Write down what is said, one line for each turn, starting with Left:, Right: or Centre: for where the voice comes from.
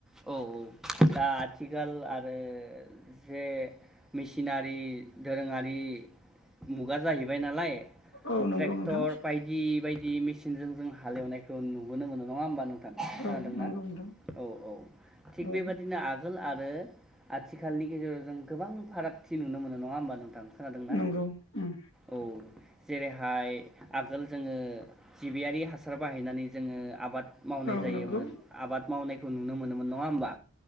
Centre: औ दा आथिखाल आरो जे मेसिनारि, दोरोङारि मुगा जाहैबाय नालाय
Left: औ नंगौ
Centre: ट्रेक्टर
Left: नोंथां
Centre: बायदि बायदि। इ मेसिन जों हालेवनायखौ नुबोनो मोनो नङा होमबा? खोनादोंना
Left: औ नंगौ नोंथां
Centre: औ औ थिग
Left: औ
Centre: बेबायदिनो आ आगोल आरो आथिखालनि गेजेराव जों गोबां फारागथि नुनो मोनो नङा होनोमबा? खोनादोंना
Left: नंगौ उम
Centre: औ जेरैहाय आगोल जोङो जिबियारि हासार बाहायनानै जोङो आबाद मावनाय
Left: औ
Centre: जायोमोन
Left: नंगौ
Centre: आबाद मावनाय नुनो मोनोमोन नङा होमबा?